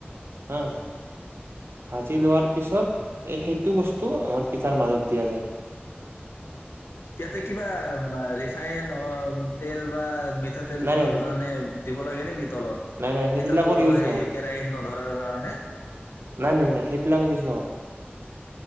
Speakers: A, on the right; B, on the left.
A: অ' ভাজি লোৱাৰ পিছত সেইটো বস্তু আমাৰ পিঠাৰ মাজত দিয়া যায়।
B: ইয়াতে কিবা মা ৰিফাইন অ তেল বা মিঠাতেল
A: নাই
B: কিবা
A: নাই নাই
B: বানে দিব লাগে নেকি? তলত।
A: নাই নাই সেইবিলাকৰ
B: পিঠাটো
A: ইউজ
B: সেই কেৰাহিত নধৰাৰ কাৰণে,
A: নাই-নাই-নাই। সেইবিলাকে ইউজ নহয়।